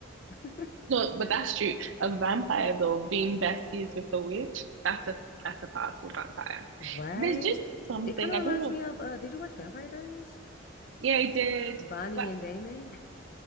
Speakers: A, on the left; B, on the right.
A: <laughs>
B: No, but that's true. A vampire though, being besties with a witch, that's a that's a powerful vampire.
A: Right?
B: There's just something
A: It kind of
B: I
A: reminds
B: don't know.
A: me of uh did you watch Vampire Diaries?
B: Yeah, I did.
A: Bonnie
B: But
A: and Damon,